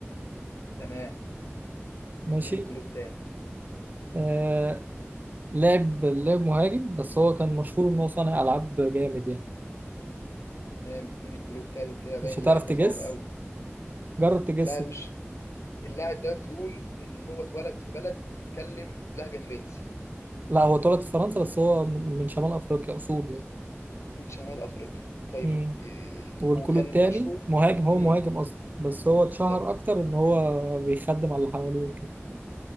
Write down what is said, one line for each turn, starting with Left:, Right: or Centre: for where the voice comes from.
Left: تمام
Right: ماشي
Left: اديني الكلو التاني
Right: آه لعب لعب مهاجم بس هو كان مشهور إن هو صانع ألعاب جامد يعني
Left: تمام اديني الكلو التالت كده باين
Right: مش هتعرف
Left: اللعيب
Right: تجس
Left: ده صعب قوي
Right: جرب تجس
Left: لا
Right: كده
Left: مش اللاعب ده تقول ان هو اتولد في بلد بتتكلم لهجه فرنسي
Right: لا هو اتولد في فرنسا بس هو من, من شمال أفريقيا أصوله يعني
Left: من شمال افريقيا طيب
Right: مم.
Left: اد- إيه،
Right: والكلو
Left: وكان
Right: التاني
Left: مشهور
Right: مهاجم هو
Left: امم
Right: مهاجم أصلا بس هو اتشهر
Left: تمام
Right: أكتر إن هو بيخدم على اللي حواليه وكده